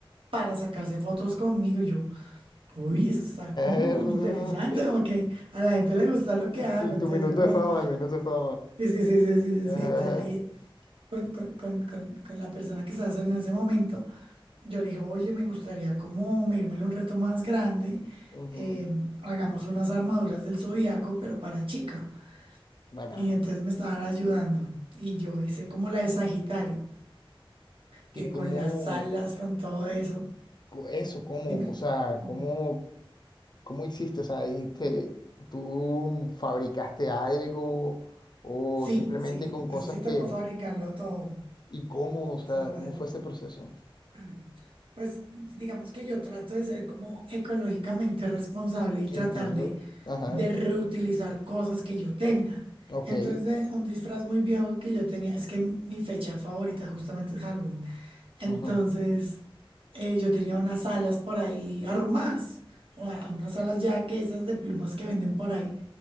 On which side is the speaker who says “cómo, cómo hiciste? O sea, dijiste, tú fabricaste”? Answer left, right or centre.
Left